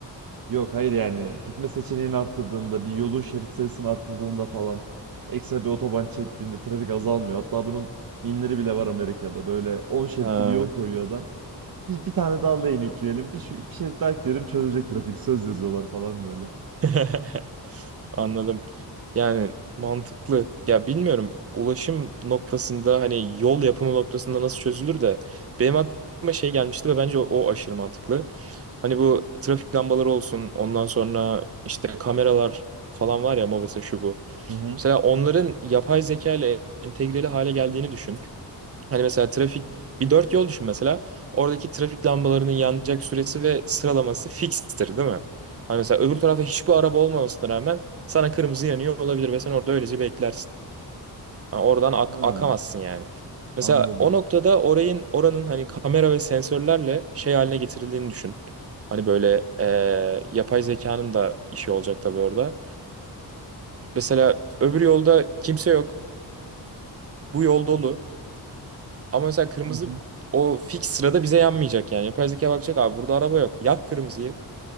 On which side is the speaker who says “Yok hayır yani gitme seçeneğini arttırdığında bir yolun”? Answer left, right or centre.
Right